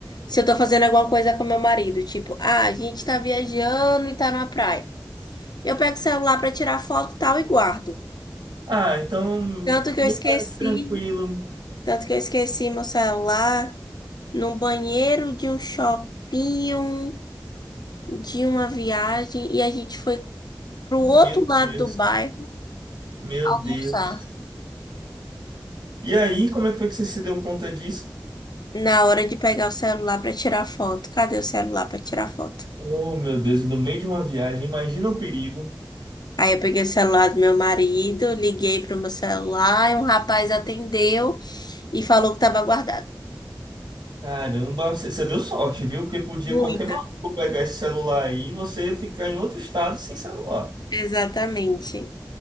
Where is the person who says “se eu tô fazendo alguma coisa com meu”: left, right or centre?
Left